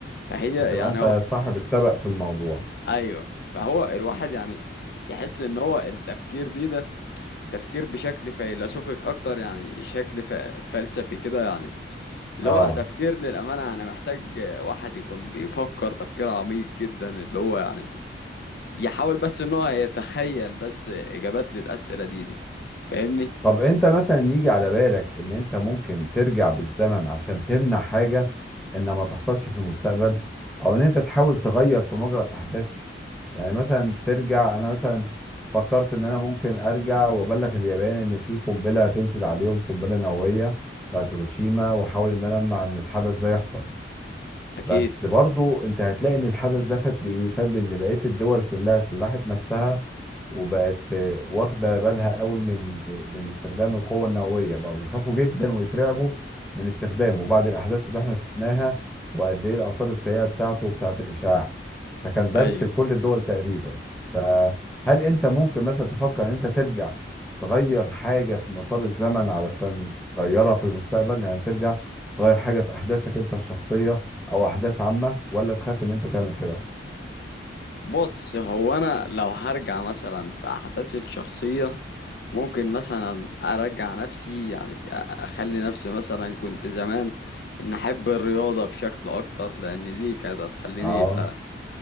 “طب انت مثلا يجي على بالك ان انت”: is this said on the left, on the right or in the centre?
Centre